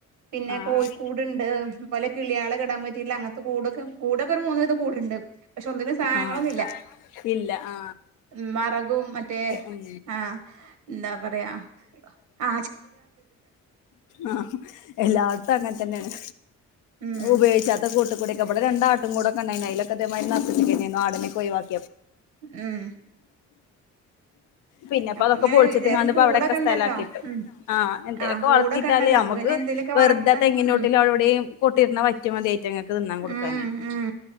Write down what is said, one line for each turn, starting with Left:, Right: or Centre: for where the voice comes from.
Right: പിന്നെ
Left: ആഹ്
Right: കോഴിക്കൂട്ണ്ട്, അത്പോലെ കിളീളെക്കിടാൻ പറ്റിയിട്ട്ള്ളങ്ങത്തെ കൂടോക്കെ കൂടൊക്കൊരു മൂന്നിതം കൂടുണ്ട്. പഷേ ഒന്നിനും സാനങ്ങളൊന്നില്ല.
Left: ആഹ് ഇല്ല ആ
Right: ഉം വറകും മറ്റേ
Left: ഉം
Right: ആ ന്താ പറയാ ആ
Left: ആ എല്ലാട്ത്തും അങ്ങൻ തന്നേണ്.
Right: ഉം
Left: ഉപയോയിച്ചാത്ത കൂട്ടുകുടെ ഇബടെ രണ്ടാട്ടും കുടൊക്കെ ണ്ടായിന്നേ യിലൊക്കെ തേമായിര് നറച്ചെച്ച്ക്കനേന്നു ആടിനെക്കൊയ് വാക്കി
Right: ഉം
Left: പിന്നെപ്പതൊക്കെ
Right: അപ്പൊ ഇങ്ങനെ
Left: പൊളിച്ചിട്ട്ങ്ങാണ്ട്
Right: ഏതായാലും കൂടൊക്കെ
Left: പ്പവിടെക്കെ സ്ഥലക്കിട്ടു.
Right: ഉണ്ടല്ലോ ഉം
Left: ആ എന്തേലൊക്കെ
Right: ആഹ് കൂടൊക്കെ
Left: വളർത്തിട്ടാലമ്മക്ക്
Right: ഉണ്ടല്ലോ അപ്പൊ പിന്നെ എന്തേലുമൊക്കെ
Left: വെർതെ
Right: വളർത്താ
Left: തെങ്ങിനോട്ടില
Right: ഉം
Left: വിടെയും കൊട്ടിര്ന്ന വയ റ്റങ്ങക്ക് തിന്നാൻ കൊടുക്കാനേ.
Right: ഉം ഉം